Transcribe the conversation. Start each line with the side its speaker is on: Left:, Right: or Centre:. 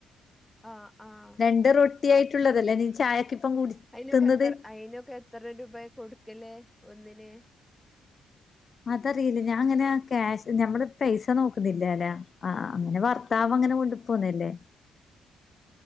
Centre: ആഹ് ആഹ്
Left: രണ്ട് റൊട്ടി ആയിട്ടുള്ളതല്ലേ നീ ചായക്കിപ്പം കുടി
Centre: അയിനൊക്കെ
Left: തിന്നത്
Centre: എത്ര അയിനൊക്കെ എത്ര രൂപയാ കൊടുക്കല് ഒന്നിന്
Left: അതറിയില്ല ഞാൻ അങ്ങനെ ക്യാഷ് ഞമ്മള് പൈസ നോക്കുന്നില്ലല്ല ആഹ് അങ്ങന ഭർത്താവ് അങ്ങന കൊണ്ടു പോന്നയല്ലേ